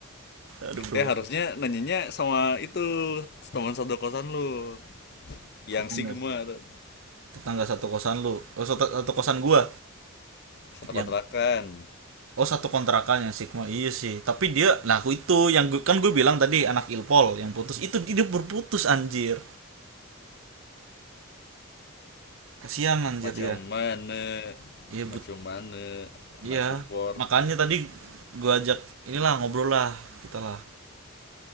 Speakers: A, on the right (about 65°); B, on the left (about 50°).
A: aduh bro
B: Eh harusnya nanyanya sama itu teman satu kosan lu yang
A: tetangga
B: Sigma tuh.
A: tetangga satu kosan lu oh satu, satu kosan gue
B: Satu
A: yang
B: kontrakan.
A: oh satu kontrakan yang Sigma iya sih tapi dia nah aku itu yang gua- kan gue bilang tadi anak Ilpol yang putus itu dia berputus anjir kasihan anjir
B: Macam
A: dia
B: mana?
A: iya
B: Macam
A: bu
B: mana? Anak
A: Iya,
B: support.
A: makanya tadi gue ajak inilah ngobrol lah kita lah.